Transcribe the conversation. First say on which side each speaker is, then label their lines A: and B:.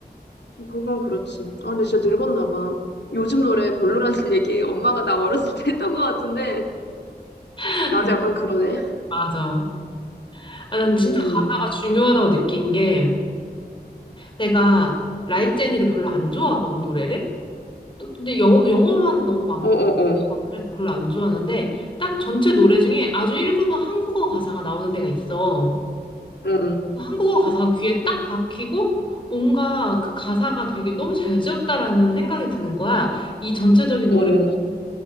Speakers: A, on the left (about 85°); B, on the left (about 30°).
A: 그건 그렇지. 아, 근데 진짜 늙었나 봐. 요즘 노래 별로라는 <laughs> 얘기 엄마가 나 어렸을 때 했던 것 같은데,
B: <laughs>
A: 나도
B: 그,
A: 약간 그러네.
B: 맞아. 아, 난
A: 음,
B: 진짜 가사가 중요하다고 느낀 게 내가 라이크 제니를 별로 안 좋아하거든, 노래를. 또- 근데 영, 영어만 너무 많고
A: 어어어.
B: 막 그래서 별로 안 좋아하는데 딱 전체 노래 중에 아주 일부분 한국어 가사가 나오는 데가 있어.
A: 응,
B: 한국어 가사가 귀에 딱 박히고 뭔가 그 가사가 되게 너무 잘 지었다라는 생각이 드는 거야. 이 전체적인 노래가
A: 어,